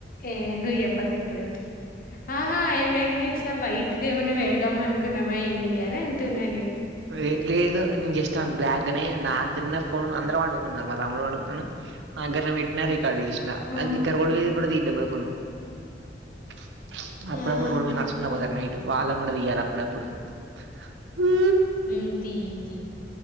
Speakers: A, on the left; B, on the right.
A: ఏందో ఈ అప్పకి ఇప్పుడు ప్చ్ ఆహా ఏమైందో ఇట్లా వైట్ ది ఏమైనా పెడదామా అనుకున్నామా ఏంది అని అంటున్నా నేను
B: వే లేదు నేను జస్ట్ ఆన్ బ్లాక్ గ్గాన్నే నాగ్గర్నే ఫోన్ అందరూ వండుకున్నారు మా తమ్ముడు వండుకున్నాను. అగ్గరం పెట్టినా రికార్డు చేసినా
A: ఉమ్,
B: అంతే ఇంకా రోడ్డు మీద కూడా తీద్దాం రా కొన్నా ప్చ్ ప్చ్ అప్పుడప్పుడు
A: ఆహా
B: రోడ్డు మీద నడుచుకునే పోతారు నైట్ వాళ్ళక్ గుండదియ్యాల అప్పుడప్పుడు ప్చ్ ఊ
A: హ్మ్ తీయి తీ